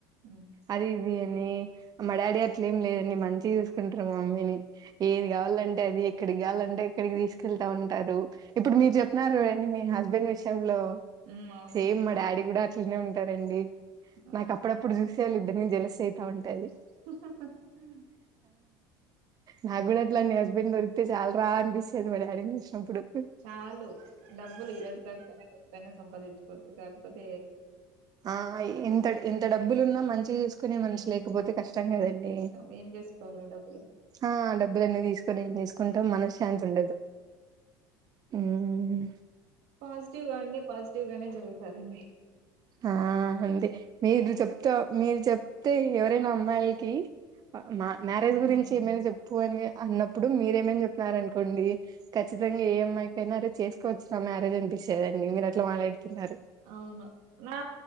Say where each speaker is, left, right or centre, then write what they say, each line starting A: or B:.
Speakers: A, on the right; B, on the right.
A: ఉమ్
B: అది ఇది కాని మా డాడీ అట్లే ఏం లేదంని మంచి చూసుకుంటారు మా మమ్మీని ఏది కావాలంటే అది ఎక్కడికి కావాలంటే ఎక్కడికి తీసుకెళ్తా ఉంటారు ఇప్పుడు మీరు చెప్న్నారుండి మీ హస్బెండ్ విషయంలో
A: ఉమ్ అవునండి
B: సేమ్ మా డాడి కూడా చూస్తూనే ఉంటారండి
A: ఆ
B: నాక్ అప్పుడప్పుడు చూసి ఇద్దరిని జలస అయితా ఉంటాది
A: హ్ హ
B: నాగూడా అట్లా నీ హస్బెండ్ దొరుకితే చాల రా అనిపిస్తాది మ డాడీ నీ చూస్ ఇప్పుడు ప్
A: ఆలు డబ్బులు ఇరో కా సంపాదించుకో కా ప్పద
B: ఆ ఎంత ఎంత డబ్బులున్నా మంచి గా చెస్ సుకునే మనిషి
A: ఉమ్
B: లేకపోతే కష్టం కదండి
A: కష్టం ఏం చేసుకోవాల డబ్బులు
B: ఆ డబ్బులన్నీ తీసుకొని ఏం చేసుకుంటాం
A: అవును
B: మనశాంతి ఉండదు మ్మ్
A: పాజిటీవ్ అండి పాజసిటీవ్గా జరుగుతదండి
B: ఆ అంతే మీరు చెప్తా మీరు చెప్తే ఎవరైనా అమ్మాయిలకి మా మ్యారేజ్
A: ఉమ్
B: గురించి ఏమైనా చెప్పు అని అన్నప్పుడు మీరేమైనా చెప్పినారు అనుకోండి ఖచ్చితంగా ఏ అమ్మాయికైనా అరే చేసుకోవచ్చునా మ్యారేజ్ అనిపిస్తదండి మీరు అట్లా మాట్లాడి <unintelligible>
A: అవును నా